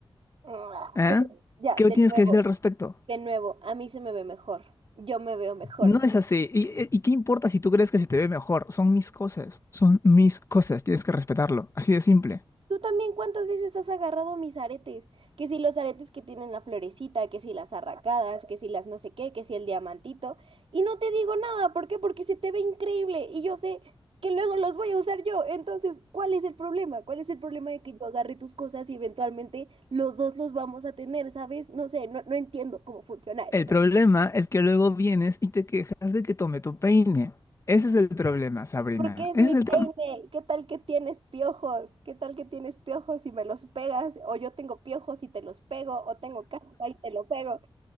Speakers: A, on the right (about 80°); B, on the left (about 30°).
A: Ah,
B: ¿Ah?
A: Pero ya,
B: ¿Qué
A: de
B: tienes
A: nuevo,
B: que decir al respecto?
A: de nuevo, a mí se me ve mejor. Yo me veo mejor.
B: No es así. ¿Y, y qué importa si tú crees que se te ve mejor? Son mis cosas, son mis cosas, tienes que respetarlo. Así de simple.
A: Tú también, ¿cuántas veces has agarrado mis aretes? Que si los aretes que tienen la florecita, que si las arracadas, que si las no sé qué, que si el diamantito. Y no te digo nada, ¿por qué? Porque se te ve increíble y yo sé que luego los voy a usar yo. Entonces, ¿cuál es el problema? ¿Cuál es el problema de que yo agarre tus cosas y eventualmente los dos los vamos a tener, ¿sabes? No sé, no, no entiendo cómo funciona esto.
B: El problema es que luego vienes y te quejas de que tome tu peine. Ese es el problema, Sabrina.
A: Porque es
B: Ese
A: mi
B: es
A: peine.
B: el tema.
A: ¿Qué tal que tienes piojos? ¿Qué tal que tienes piojos y me los pegas? O yo tengo piojos y te los pego, o tengo caspa y te lo pego.